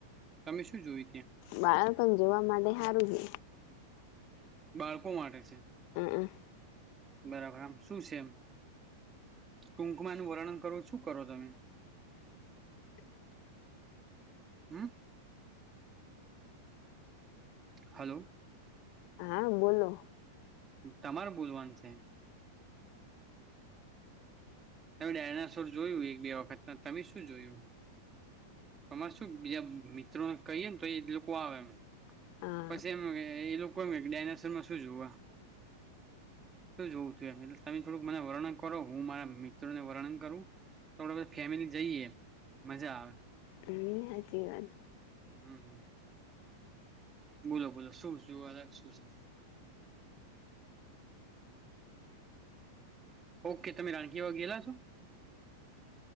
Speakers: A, on the right (about 20°); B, on the left (about 45°).
A: તમે શું જોયું ત્યાં
B: બાળકને જોવા માટે સારું છે
A: બાળકો માટે છે
B: અ હ
A: બરાબર આમ શું છે એમ ટૂંકમાં એનુ વર્ણન કરવું શું કરો તમે
B: <inaudible>
A: હમ હાલો
B: હા બોલો
A: તમારે બોલવાનું છે તમે ડાયનાસોર જોયું એક બે વખત તમે શું જોયું તમારે શું બીજા મિત્રોને કહીએ ને તો એ લોકો આવે એમ
B: હા
A: પછી એમ એ લોકો એમ ડાયનાસોરમાં શું જોવા શું જોવું તું એટ તમે થોડુંક મને વર્ણન કરો હું મારા મિત્રોને વર્ણન કરું થોડા બધા ફેમિલી જઈએ એ મજા આવે
B: હમ સાચી વાત
A: હમ હમ બોલો બોલો શું અલગ શું છે ઓકે તમે રાણકી વા ગયેલા છો